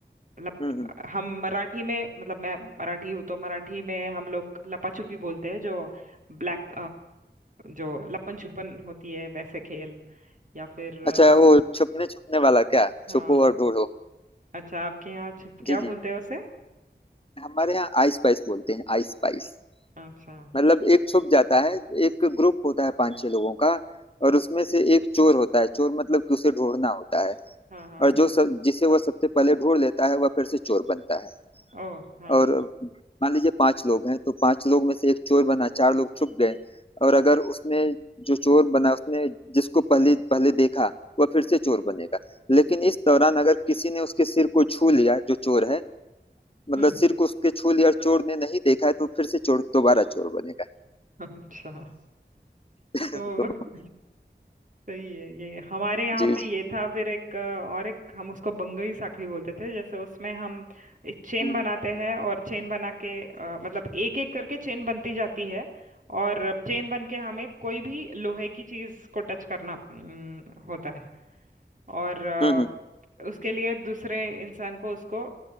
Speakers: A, on the right; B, on the left.
A: लप,
B: हम्म हम्म
A: हम मराठी में मतलब मैं मराठी हूँ तो मराठी में हम लोग लपा छुपी बोलते हैं जो ब्लैक जो लपन छुपन होती है वैसे खेल या फिर अ,
B: अच्छा वो छुपने छुपने वाला क्या
A: हाँ
B: छुपो और ढूंढो
A: अच्छा आपके यहाँ छुप क्या
B: जी जी
A: बोलते हैं उसे
B: हमारे यहाँ आइस पाइस बोलते हैं आइस पाइस
A: अच्छा
B: मतलब एक छुप जाता है एक ग्रुप होता है पांच छह लोगों का और उसमें से एक चोर होता है चोर मतलब कि उसे ढूंढना होता है
A: हाँ हाँ
B: और
A: हाँ
B: जो सब जिसे वो सबसे पहले ढूंढ लेता है वह फिर से चोर बनता है
A: ओ हाँ
B: और मान लीजिए पांच लोग हैं तो पांच लोग में से एक चोर बना चार लोग छुप गए और अगर उसने जो चोर बना उसने जिसको पहले पहले देखा वह फिर से चोर बनेगा लेकिन इस दौरान अगर किसी ने उसके सिर को छू लिया जो चोर है मतलब
A: हम्म
B: सिर को उसके छू लिया और चोर ने नहीं देखा है तो फिर से चोर दोबारा चोर बनेगा
A: <laughs> अच्छा
B: <laughs>
A: तो
B: तो
A: <laughs> सही है ये हमारे यहाँ
B: जी
A: पे
B: जी
A: ये था फिर एक अ, और एक हम उसको बंगई साखड़ी बोलते थे जैसे उसमें हम चेन
B: हम्म
A: बनाते हैं और चेन बना के अ, मतलब एक एक करके चेन बनती जाती है और चेन बन के हमें कोई भी लोहे की चीज को टच करना अम, होता है और अ,
B: हम्म हम्म,
A: उसके लिए दूसरे इंसान को उसको